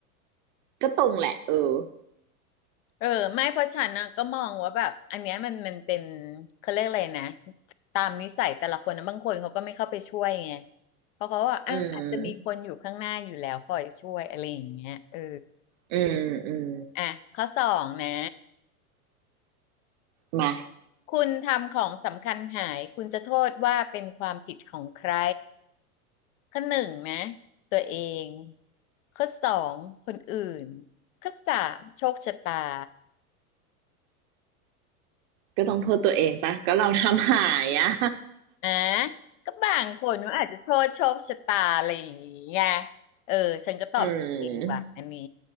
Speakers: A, on the right; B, on the left.
A: ก็ตรงแหละเออ
B: เออไม่เพราะฉันนะก็มองว่าแบบอันเนี้ยมันมันเป็นเขาเรียกอะไรนะตามนิสัยแต่ละคนนะบางคนเขาก็ไม่เข้าไปช่วยไงเพราะเขาว่าอ่ะอาจจะมีคนอยู่ข้างหน้าอยู่แล้วคอยช่วยอะไรอย่างเงี้ยเออ
A: อืมอืมอืม
B: อ่ะข้อสองนะ
A: มา
B: คุณทำของสำคัญหายคุณจะโทษว่าเป็นความผิดของใครข้อหนึ่งนะตัวเองข้อสองคนอื่นข้อสามโชคชะตา
A: ก็ต้องโทษตัวเองปะก็เราทำหายอะ
B: อ่ะก็บางคนก็อาจจะโทษโชคชะตาอะไรอย่างเงี้ยเออฉันก็ตอบตัวเองว่ะอันนี้
A: <laughs> อืม